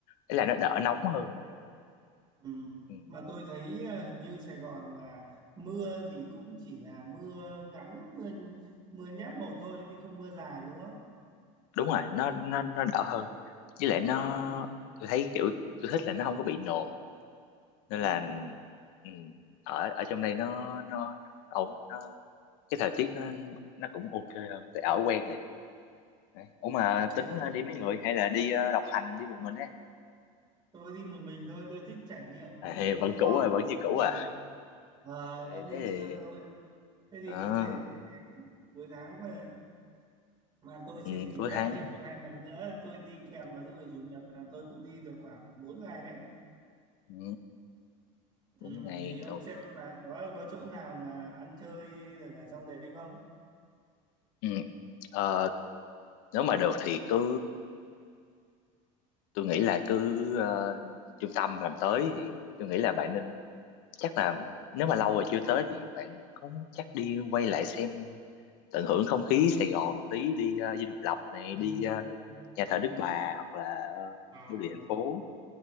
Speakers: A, on the left (about 70°); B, on the right (about 25°).
A: ý là nó đỡ nóng hơn
B: Ừ.
A: ừ,
B: Mà tôi thấy ờ, hình như Sài Gòn là mưa thì cũng chỉ là mưa ngắn mưa mưa nhát một thôi chứ không mưa dài đúng không?
A: đúng rồi nó nó nó đỡ hơn với lại nó
B: Ừ.
A: tôi thấy kiểu tôi thích là nó không có bị nồm nên
B: Ừ.
A: là ừ, ở ở trong đây nó nó nó nó ổn nó cái thời tiết nó nó cũng ok rồi tại ở quen rồi Đấy. Ủa mà
B: Thế
A: tính
B: thì
A: ờ, đi mấy người hay là đi ờ, độc hành đi một mình á
B: tôi đi một mình thôi tôi thích trải nghiệm
A: à,
B: tự
A: vẫn
B: do
A: cũ à vẫn như cũ
B: ừ.
A: à
B: Ờ,
A: Ờ,
B: vẫn như
A: thế
B: xưa
A: thì
B: thôi thế thì
A: ờ,
B: có thể cuối tháng cuối tháng mà mà tôi
A: ừ,
B: xin nghỉ
A: cuối
B: phép
A: tháng
B: thêm một hai ngày nữa tôi đi kèm vào thứ bảy chủ nhật là tôi cũng đi được khoảng 4 ngày đấy
A: ừ,
B: ừ,
A: bốn ngày
B: thì ông
A: ok
B: xem là có có chỗ nào mà ăn chơi được ở trong đấy không
A: ừ. Ờ, nếu mà được thì cứ tôi nghĩ là cứ ờ, trung tâm làm tới thì tôi nghĩ là bạn nên chắc là nếu mà lâu rồi chưa tới thì bạn cũng chắc đi quay lại xem tận hưởng không khí Sài Gòn tí đi ờ, Dinh Độc Lập này
B: ừ,
A: đi ờ,
B: ừ,
A: nhà thờ
B: ừ.
A: Đức Bà hoặc là ờ,
B: à,
A: bưu điện thành phố